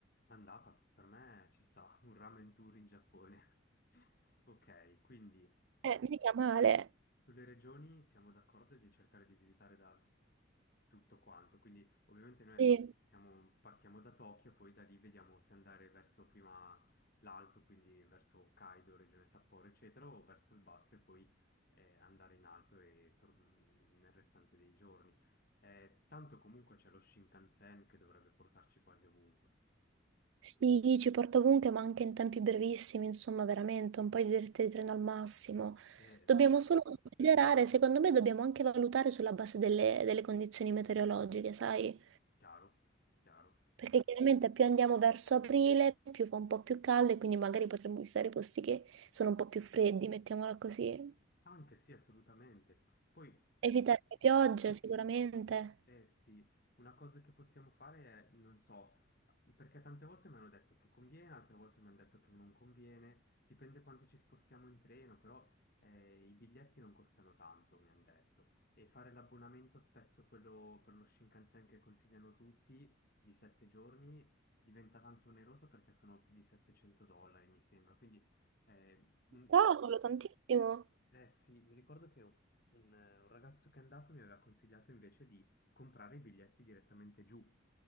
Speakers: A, on the left; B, on the right.
A: Andata, per me ci sta, <laughs> un ramen tour in Giappone. <laughs> Ok, quindi
B: Eh,
A: su-
B: mica male.
A: sulle regioni siamo d'accordo di cercare di visitare da tutto quanto, quindi ovviamente noi
B: Sì,
A: siamo- partiamo da Tokyo, poi da lì vediamo se andare verso prima l'alto, quindi verso Hokkaido, regione Sapporo, eccetera, o verso il basso e poi eh, andare in alto e tor- nel restante dei giorni. Eh, tanto comunque c'è lo Shinkansen che dovrebbe portarci quasi ovunque.
B: sì, ci porto ovunque ma anche in tempi brevissimi, insomma veramente un paio di dirette di treno al massimo.
A: Eh, esatto.
B: Dobbiamo solo considerare, secondo me dobbiamo anche valutare sulla base delle, delle condizioni meteorologiche, sai?
A: Chiaro, chiaro.
B: Perché chiaramente più andiamo verso aprile, più fa un po' più caldo e quindi magari potremmo visitare posti che sono un po' più freddi, mettiamola così.
A: Anche sì, assolutamente. Poi,
B: Evitare le piogge sicuramente.
A: eh sì, una cosa che possiamo fare è, non so, perché tante volte mi hanno detto che conviene, altre volte mi hanno detto che non conviene, dipende quanto ci spostiamo in treno, però eh, i biglietti non costano tanto, mi hanno detto. E fare l'abbonamento, spesso quello per lo Shinkansen che consigliano tutti, di sette giorni, diventa tanto oneroso perché sono più di 700 dollari, mi sembra. Quindi, eh, un-
B: Cavolo, tantissimo.
A: Eh sì, mi ricordo che un, un ragazzo che è andato mi aveva consigliato invece di comprare i biglietti direttamente giù,